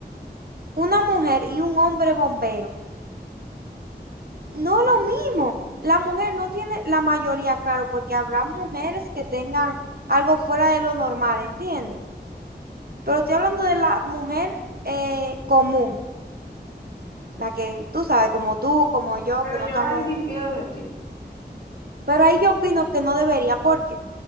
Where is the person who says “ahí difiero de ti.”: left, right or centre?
Left